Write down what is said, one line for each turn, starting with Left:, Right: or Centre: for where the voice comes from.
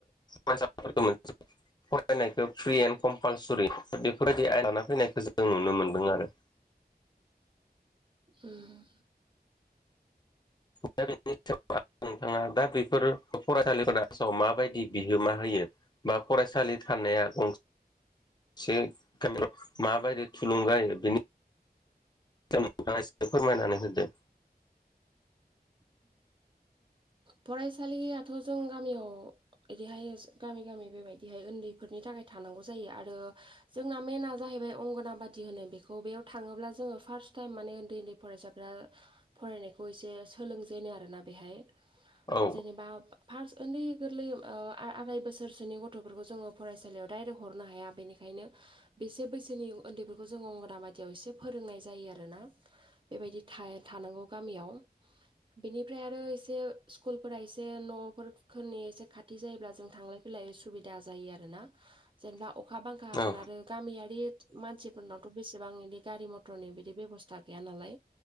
Left: होनो <unintelligible> फरायनायखौ फ्रि एण्ड कम्पालसरि बेफोरबायदि आयन लाना फैनायखौ जों नुनो मोन्दों आरो।
Right: ओम
Left: <unintelligible> नोंथाङा दा बेफोर फरायसालिफोर दासाव माबायदि बिहोमा होयो? बा फरायसालि थानाया गंस <unintelligible> माबायदि थुलुंगा होयो बिनि <unintelligible> फोरमायनानै होदो।
Right: फरायसालियाथ' जों गामियाव ओरैहाय गामि गामि बेबायदिहाय उन्दैफोरनि थाखाय थानांगौ जायो आरो जोंना मेेनना जाहैबाय अंगनाबादि होनो बेखौ बेयाव थांङोब्ला जोंङो फार्स्ट टाइम माने उन्दै उन्दै फसाफोरा फरायनायखौ एसे सोलोंजेनो आरोना बेहाय
Left: औ
Right: जेनेबा फार्स्ट उन्दै गोरलै ओ आराय बोसोरसोनि गथ'फोरखौ जोंङो फरायसालियाव डाइरेक्ट हरनो हाया बेनिखायनो बेसे बैसोनि उन्दैफोरखौ जों अंगनाबादियाव एसे फोरोंनाय जायो आरो ना बेबायदि थाय थानांगौ गामियाव बेनिफ्राय आरो एसे स्कुलफोरा एसे न'फोरखोनि एसे खाथि जायोब्ला जों थांलाय फैलाय सुबिदा जायो आरोना। जेनेबा अखा- बांखा हागोन
Left: औ
Right: आरो गामियारि मानसिफोरनावथ' बेसेबां बिनि गारि मथर मटरनि बिदि बेबसथा गैयानालाय,